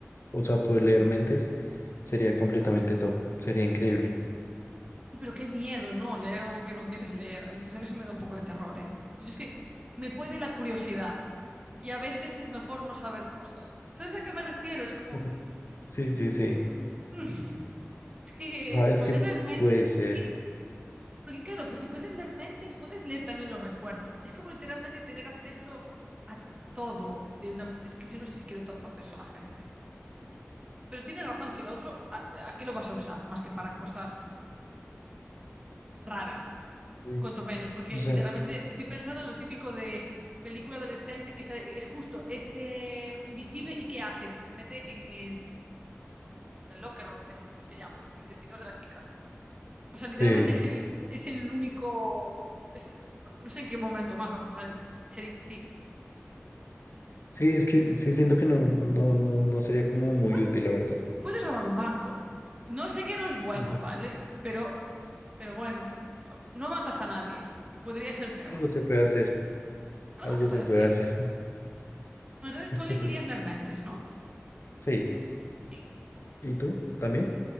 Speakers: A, on the left; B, on the right.
A: o sea, poder leer mentes sería completamente top, sería increíble.
B: Sí, pero qué miedo, ¿no? Leer algo que no quieres leer. A mí, Pues a mí eso me da un poco de terror, ¿eh? Pues Yo es que me puede la curiosidad y a veces es mejor no saber cosas. ¿Sabes a qué me refiero? Es como,
A: Ujú. Sí, sí, sí.
B: <laughs> mm, es que
A: Ah, es
B: poder
A: que
B: leer mentes,
A: puede ser.
B: es que, porque claro, pues si puedes leer mentes, puedes leer también los recuerdos. Es como literalmente tener acceso a todo de una... Es que yo no sé si quiero tanto acceso a la gente. Pero tienes razón que lo otro, ¿a, a qué lo vas a usar? Más que para cosas raras.
A: sí,
B: Cuanto menos, porque
A: O sea,
B: literalmente estoy pensando en lo típico de película adolescente que se- es justo, es eh, invisible y ¿qué hace? Pues se mete en el, el locker room, este, ¿cómo se llama? En el vestidor de las chicas. O sea, literalmente
A: sí.
B: es el, es el único... es- no sé en qué momento más vas a usar el ser invisible.
A: Sí, es que sí siento que no, no, no, no sería como muy
B: Bueno,
A: útil, la verdad.
B: puedes robar un banco. No sé que no es bueno,
A: Ujú.
B: ¿vale? Pero, pero bueno, no matas a nadie. Podría ser peor.
A: Algo se puede hacer,
B: Algo
A: algo
B: se puede
A: se
B: hacer.
A: puede hacer.
B: Bueno,
A: <laughs>
B: entonces tú elegirías las mentes, ¿no?
A: Sí.
B: Sí.
A: ¿Y tú? ¿También?